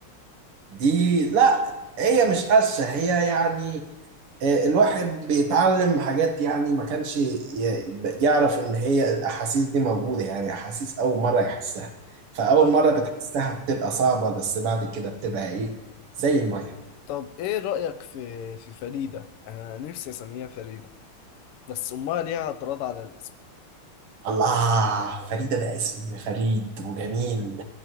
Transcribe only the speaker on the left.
طب
طب ايه رأيك في في فريدة انا نفسي اسميها فريدة بس امها ليها اعتراض على الاسم